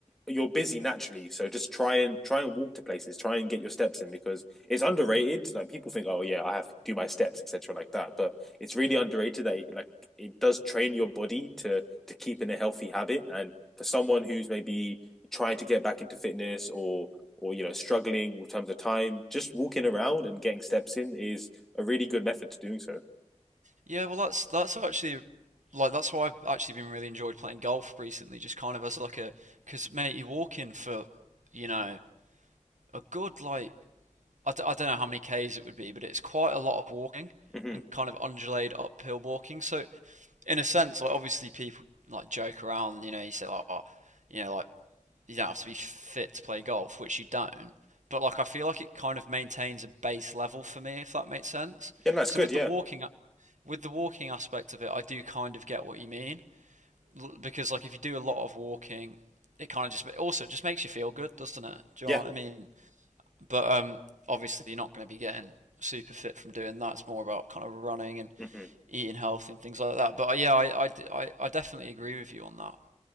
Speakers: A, in the centre; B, on the right (about 90°).
A: you're busy naturally, so just try and try and walk to places, try and get your steps in because it's underrated. Like people think, oh yeah, I have to do my steps, etc., like that, but it's really underrated that it, like it does train your body to to keep in a healthy habit. And for someone who's maybe trying to get back into fitness or or you know struggling in terms of time, just walking around and getting steps in is a really good method to doing so
B: Yeah. Well, that's that's actually like that's why I've actually been really enjoyed playing golf recently. Just kind of as like a because mate, you walk in for you know a good like I d- I don't know how many k's it would be, but it's quite a lot of walking
A: hmm
B: and kind of undulated uphill walking. So in a sense, like obviously people like joke around, you know, you say like, oh, you know, like you don't have to be fit to play golf, which you don't. But like I feel like it kind of maintains a base level for me, if that makes sense.
A: Yeah, that's
B: So
A: good.
B: with
A: Yeah,
B: the walking, with the walking aspect of it, I do kind of get what you mean because like if you do a lot of walking, it kind of just also it just makes you feel good, doesn't it? Do
A: yeah.
B: you know what I mean? But um, obviously, you're not going to be getting super fit from doing that. It's more about kind of running and
A: hmm
B: eating healthy and things like that. But uh, yeah, I, I, I, definitely agree with you on that.